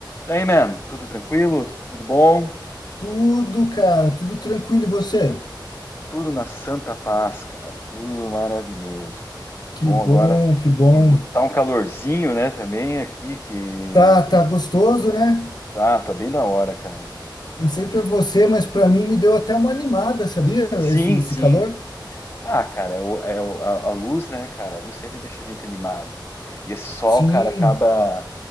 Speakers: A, on the left; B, on the left.
A: Daí, man, tudo tranquilo? Tudo bom?
B: Tudo, cara, tudo tranquilo. E você?
A: Tudo na santa paz, cara. Tudo maravilhoso, cara. Bom,
B: Que bom,
A: agora
B: que bom.
A: tá um calorzinho, né, também aqui que
B: Tá, tá gostoso, né?
A: tá, tá bem da hora, cara.
B: Não sei
A: Tá-
B: pra você, mas pra mim me deu até uma animada, sabia?
A: Sim,
B: Esse, esse
A: sim.
B: calor.
A: Ah, cara, é o- é o- a, a luz, né, cara? A luz sempre deixa a gente animado. E esse sol,
B: Sim,
A: cara, acaba.